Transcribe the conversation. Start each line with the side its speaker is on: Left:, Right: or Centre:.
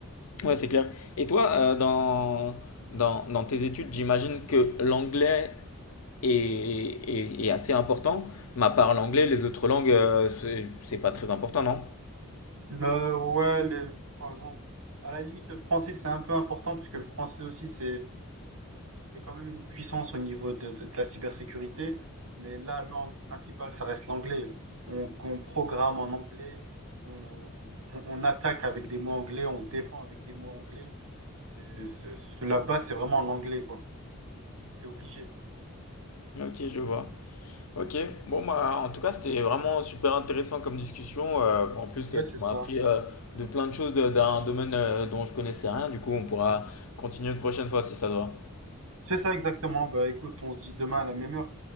Left: Ouais, c'est clair. Et toi, euh, dans, dans, dans tes études, j'imagine que l'anglais est, est- est assez important, mais à part l'anglais, les autres langues, euh, c'est c'est pas très important, non?
Right: Euh, ouais, le- par exemple, à la limite, le français, c'est un peu important puisque le français aussi, c'est c'est c'est quand même une puissance au niveau de, de- de la cybersécurité, mais la langue principale, ça reste l'anglais. On, on programme en anglais, on, on- on attaque avec des mots anglais, on se défend avec des mots anglais. C'est, c'est- c'est- la base, c'est vraiment l'anglais, quoi. C'est obligé.
Left: Ok, je vois. Ok, bon bah en tout cas c'était vraiment super intéressant comme discussion. Euh, en plus
Right: Ouais,
Left: euh, tu
Right: c'est
Left: m'as
Right: ça.
Left: appris euh, de plein de choses euh, d'un domaine euh, dont je connaissais rien. Du coup on pourra continuer une prochaine fois si ça te va.
Right: C'est ça exactement. Bah écoute, on se dit demain à la même heure.